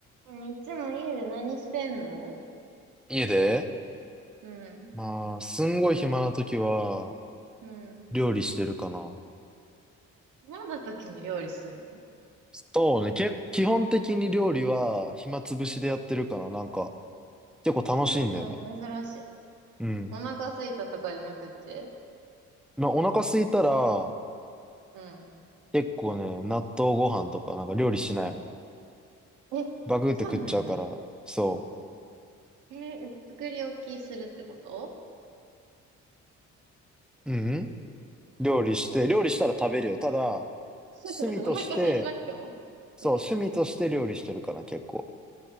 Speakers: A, on the right; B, in the centre.
A: いつも家で何してんの
B: 家で
A: うん。
B: まあ、すんごい暇な時は、
A: うん。
B: 料理してるかな。
A: 暇な時に料理すんの
B: そうね、け、基本的に料理は暇つぶしでやってるかな。なんか、結構楽しいんだよね。
A: ええーなんか珍しい。
B: うん。
A: お腹空いたとかじゃなくて
B: まあ、お腹空いたら、
A: うん。
B: 結構ね、納豆ご飯とかなんか料理しないもん。
A: え、
B: バクって食っちゃうから、
A: そうなんや。
B: そ
A: えー、作り置きするってこと
B: う。うん、うん料理して、料理したら食べるよ。ただ、
A: <laughs>
B: 趣味として、
A: お腹空いてなくても
B: そう、
A: うん。
B: 趣味として料理してるかな、結構。